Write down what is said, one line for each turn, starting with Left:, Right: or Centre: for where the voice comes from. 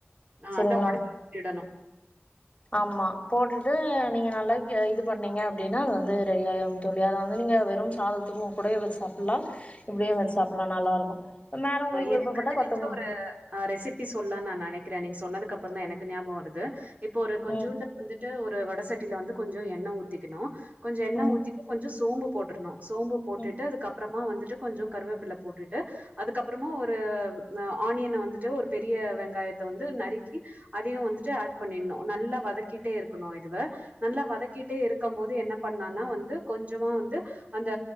Right: ஆ
Left: செரிங்களா
Right: அதான் ஒடச்சி விடணு
Left: ஆமா போட்டுட்டு நீங்க நல்லா இது பண்ணீங்க அப்படின்னா அது வந்து ரெடி ஆயிரும் தோழி அத வந்து நீங்க வெறும் சாதத்துக்கு கூடவே வச்சு சாப்பலா இப்படியு வச்சு சாப்பல்லா நல்லாருக்கு மேல உங்களுக்கு
Right: எனக்கு
Left: விருப்பப்பட்டா
Right: தெரிஞ்ச
Left: கொத்த
Right: ஒரு ஆ ரெசிபி சொல்லா நா நெனைக்கிறே நீங்க சொன்னதுக்கு அப்புறோ தா எனக்கு ஞாபகம் வருது இப்போ ஒரு கொஞ்சோண்டு
Left: ம்
Right: வந்துட்டு ஒரு வட சட்டியில வந்து கொஞ்சோ எண்ணெ ஊத்திக்கணு கொஞ்சோ எண்ணெ
Left: ம்
Right: ஊத்திட்டு கொஞ்சோ சோம்பு போட்டர்ணு சோம்பு போட்டுட்டு
Left: ம்
Right: அதுக்கப்பறமா வந்துட்டு கொஞ்சோ கருவேப்பில போட்டுட்டு அதுக்கப்பறமா ஒரு ஆனியன வந்துட்டு ஒரு பெரிய வெங்காயத்த வந்து நறுக்கி அதையு வந்துட்டு ஆட் பண்ணின்ணு நல்லா வதக்கிட்டே இருக்கணு இதுவ நல்லா வதக்கிட்டே இருக்கம் போது என்ன பண்ணான்னா வந்து கொஞ்சமா வந்து அந்த